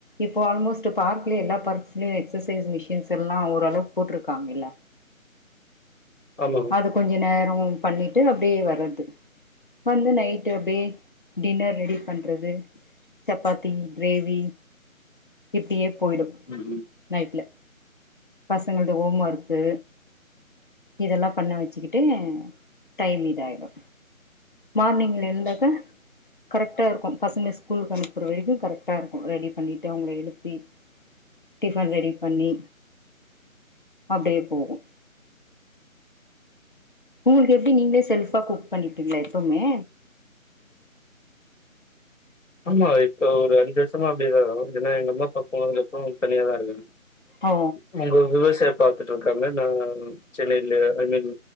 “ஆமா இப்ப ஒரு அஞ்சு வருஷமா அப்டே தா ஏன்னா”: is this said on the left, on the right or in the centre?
Left